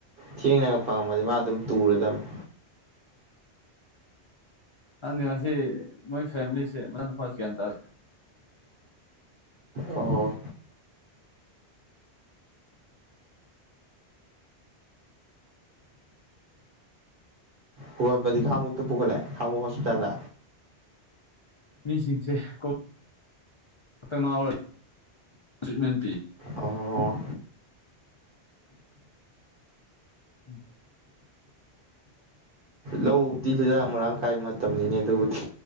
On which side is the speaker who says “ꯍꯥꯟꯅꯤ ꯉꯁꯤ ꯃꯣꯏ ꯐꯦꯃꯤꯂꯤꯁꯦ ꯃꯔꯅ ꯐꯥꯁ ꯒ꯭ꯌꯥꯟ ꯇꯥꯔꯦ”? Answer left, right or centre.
Left